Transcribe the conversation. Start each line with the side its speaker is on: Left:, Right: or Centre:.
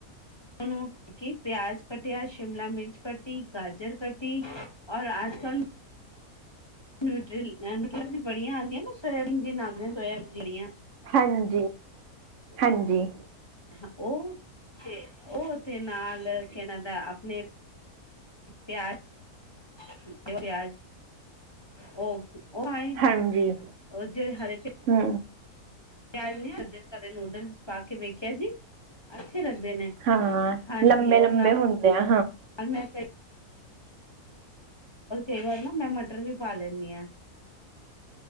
Left: ਓਨੂੰ ਕੀ ਪਿਆਜ ਕੱਟਿਆ, ਸ਼ਿਮਲਾ ਮਿਰਚ ਕੱਟੀ, ਗਾਜਰ ਕੱਟੀ। ਤੀ ਔਰ ਆਜ ਕੱਲ ਨਿਊਟਰੀਅਲ <unintelligible> ਵੀ ਬੜੀਆਂ ਆਂਦੀਆਂ ਨਾ ਸੋਇਆ ਬੀਨ <unintelligible> ਸੋਇਆ ਜੇੜੀਆ
Right: ਹਾਂਜੀ, ਹਾਂਜੀ।
Left: ਹਾਂ ਓ, ਤੇ ਓ ਤੇ, ਨਾਲ ਕੇਨਾਂ ਦਾ ਆਪਣੇ। ਪਿਆਜ-ਪਿਆਜ ਓ ਓ ਐਈ ਨ
Right: ਹਾਂਜੀ
Left: ਓ ਜੇੜੇ ਖਰਚ।
Right: ਹੂੰ।
Left: ਪਿਆਜ ਭੁੰਨਿਆ, ਕਦੇ ਨੂਡਲਸ ਪਾ ਕੇ ਵੇਖਿਆ ਜੀ। ਅੱਛੇ ਲੱਗਦੇ ਨੇ,
Right: ਹਾਂ
Left: ਹਾਂਜੀ,
Right: ਲੰਬੇ
Left: ਔਰ
Right: ਲੰਬੇ
Left: ਨਾਲ,
Right: ਹੁੰਦੇ ਆ
Left: ਮੈਂ ਹਾਂ, ਮੈਂ ਕਈ ਵਾਰ ਨਾ, ਮੈਂ ਮਟਰ ਵੀ ਪਾ ਲੈਂਦੀ ਹਾਂ।